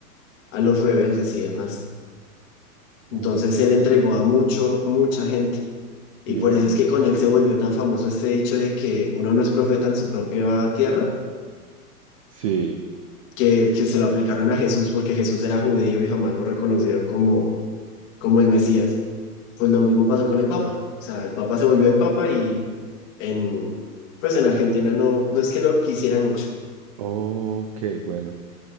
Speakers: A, on the left (about 55°); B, on the right (about 25°).
A: a los rebeldes y demás. Entonces
B: Ok.
A: él entregó a mucho, mucha gente. Y
B: Yo,
A: por eso es que con él se volvió tan famoso este dicho de que uno no es profeta en su propia tierra,
B: sí.
A: que, que se lo aplicaron a Jesús porque Jesús era judío y jamás lo reconocieron como, como el Mesías. Pues lo mismo pasó con el Papa. O sea, el Papa se volvió el Papa y en, pues en Argentina no, no es que lo quisieran mucho.
B: Ok, bueno.